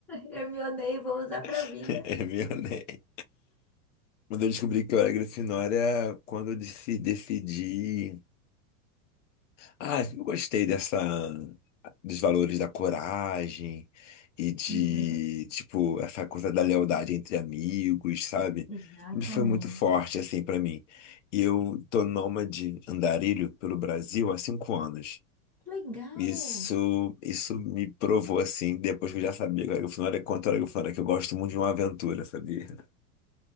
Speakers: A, in the centre; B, on the left (about 55°).
A: Hermione, vou usar pra
B: <laughs>
A: vida.
B: Hermionei. Quando eu descobri que eu era Grifinória, quando eu deci- decidi. Ah, eu gostei dessa. dos valores da coragem e de,
A: Uhum,
B: tipo, essa coisa da lealdade entre amigos, sabe?
A: exatamente.
B: Tudo foi muito forte, assim, pra mim. E eu tô nômade andarilho pelo Brasil há cinco anos.
A: Legal.
B: Isso, isso me provou, assim, depois que eu já sabia que eu era Grifinória, quanto eu era Grifinória, que eu gosto muito de uma aventura, sabia?